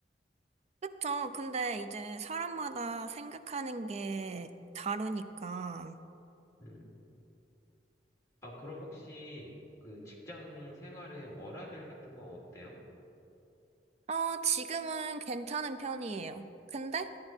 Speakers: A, on the right; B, on the left.
A: 그쵸. 근데 이제 사람마다 생각하는 게 다르니까.
B: 음. 아, 그럼 혹시 그 직장 생활의 워라밸 같은 건 어때요?
A: 어, 지금은 괜찮은 편이에요. 근데,